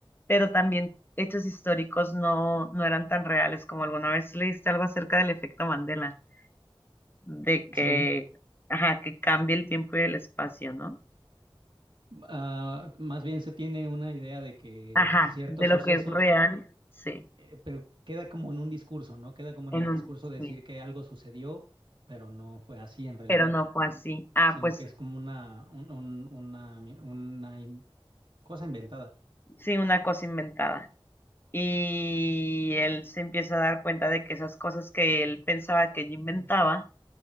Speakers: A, on the left; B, on the right.
A: pero también hechos históricos no, no eran tan reales como alguna vez leíste algo acerca del efecto Mandela, de que,
B: Sí.
A: ajá, que cambia el tiempo y el espacio, ¿no?
B: Ah, más bien se tiene una idea de que
A: Ajá,
B: ciertos
A: de
B: sucesos,
A: lo que es real, sí,
B: eh, pero queda como en un discurso, ¿no? Queda como en
A: en
B: el
A: un,
B: discurso de decir
A: sí,
B: que algo sucedió, pero no fue así en realidad,
A: pero no fue así. Ah,
B: sino
A: pues
B: que es como una, un- un- una, mi- una in- cosa inventada.
A: sí, una cosa inventada. Y él se empieza a dar cuenta de que esas cosas que él pensaba que ella inventaba,